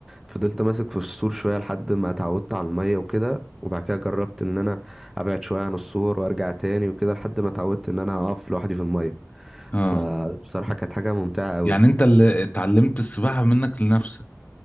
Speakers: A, in the centre; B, on the left.
A: فضلت ماسك في السور شوية لحد ما اتعودت على المية وكده وبعد كده جربت إن أنا أبعد شوية عن السور وأرجع تاني وكده لحد ما اتعودت إن أنا أقف لوحدي في المية
B: اه
A: فبصراحة كانت حاجة ممتعة أوي
B: يعني أنت اللي اتعلمت السباحة منك لنفسك